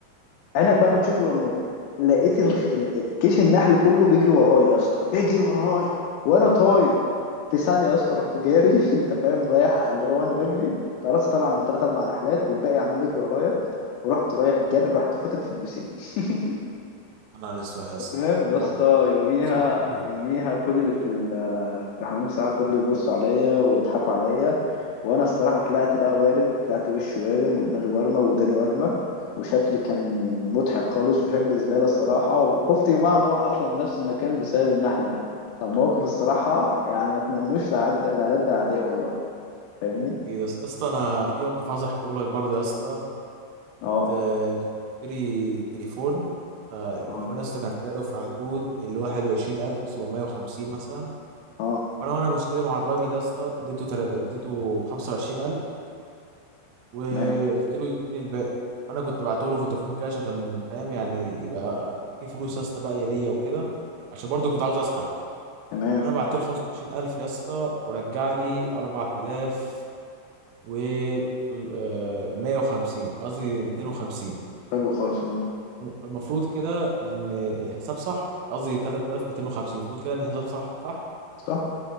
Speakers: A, on the left; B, on the right.
A: عينك بقى ما تشوف الا النور لقيت الخ... ال- ال- كيش النحل كله بيجري ورايا يا اسطى بيجري ورايا وانا طاير في ثانية يا اسطى رحت جاري <laughs> انت فاهم رايح اللي هو انا بجري اتقرصت طبعا من ثلاث اربع نحلات والباقي عمال يجري ورايا ورحت رايح جاري رحت فاتت في البسين <laughs>
B: نهار اسود يا اسطى
A: تمام
B: ده
A: يا
B: موقف
A: اسطى يوميها
B: موقف صعب قوي
A: يوميها كل اللي في ال- في حمام الساعه فضلوا يبصوا عليا ويضحكوا عليا وانا الصراحه طلعت بقى وارم طلعت وشي وارم ودماغي وارمه وداني وارمه وشكلي كان مضحك خالص وشكلي زباله الصراحه وخفت يومها اروح اصلا من نفس المكان بسبب النحل ده فالموقف الصراحه يعني ما اتمنوش لعد لعد اعدائي والله فاهمني
B: يا اسطى يا اسطى انا في موقف عايز احكيه لك برضه يا اسطى
A: اه
B: كنت آه، بشتري تليفون آه، التليفون
A: اه
B: يا اسطى كان سعره في حدود ال 21750 مثلا
A: اه
B: فانا وانا بشتري مع الراجل يا اسطى اديته تل- اديته 25000 وقلت
A: تمام
B: له يديني الباقي فانا كنت بعته له فودافون كاش عشان فاهم يعني يبقى في فلوس يا اسطى باقيه ليا وكده عشان برضه كنت عاوز اسحب
A: تمام
B: فانا بعت له 25000 يا اسطى ورجع لي 4000 و طول- آه، 150 قصدي 250
A: حلو خالص والله
B: فالمفروض كده ان الحساب صح قصدي 3250 المفروض كده ان الحساب صح صح
A: صح